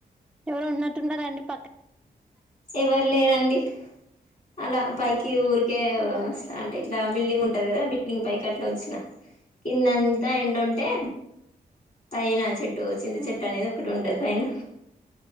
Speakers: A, in the centre; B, on the left.
A: ఎవరు ఉన్నట్టున్నారండి పక్కన
B: ఎవరు లేరండి అలా పైకి ఊరి కేవస్త
A: అవునా
B: అంటే ఇట్లా. బిల్డింగ్ ఉంటంది కదా బిల్డింగ్ పైకి అట్లా వచ్చినా. కిందంతా ఎడుంటే. పయినా చెట్ చింత
A: ఉహు
B: చెట్ అనేదిటి ఓకటి ఉండ పైనా